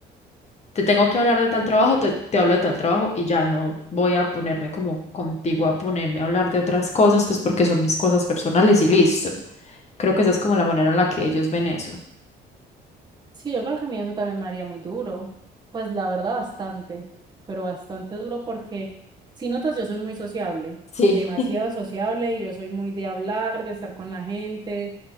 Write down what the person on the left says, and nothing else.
te tengo que hablar de tal trabajo, te, te hablo de tal trabajo y ya no voy a ponerme como contigo a ponerme a hablar de otras cosas, pues porque son mis cosas personales y listo. Creo que esa es como la manera en la que ellos ven eso.
Sí.